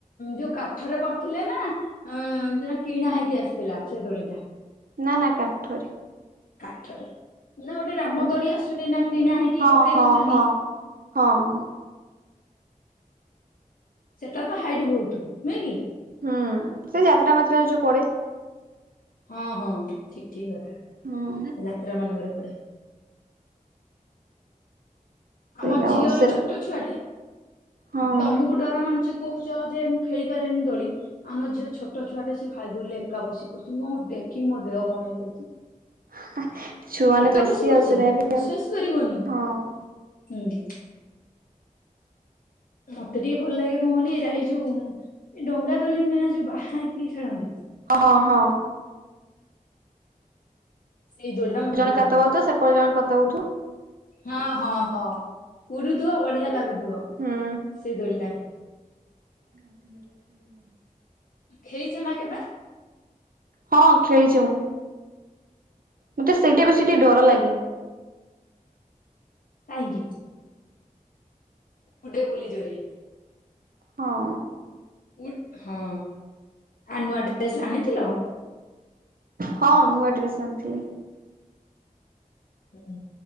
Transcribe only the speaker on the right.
ନା ନା କାଠରେ।
ହୁଁ
ହଁ
ହଁ
ହଁ ହଁ ହଁ।
ହୁଁ ସେ ଯାତ୍ରାମାତ୍ରାରେ ଯୋଉ ପଡ଼େ।
ହୁଁ
ସେଇଟା
ଆଉ ସେଟା
ହଁ।
ହେଁ ହେଁ ଛୁଆମାନେ
ବେଶି
ଆଉ ସେଇଟା ବି
ଆଉ
ହଁ।
ହଁ ହଁ ହଁ।
ଜଣେ
କାତ
ବାହୁଥିବ ସେପଟେ ଜଣେ କତା ବହୁଥିବ।
ହୁଁ
ରାତି ହେଲା ସବୁ।
ହଁ ଖେଳିଛି ମୁଁ। ମତେ ସେଇଟା ବେଶୀ ଟିକେ ଡର ଲାଗେ।
ହଁ।
ହଁ ନୂଆଡ୍ରେସ୍ ଆଣିଥିଲି।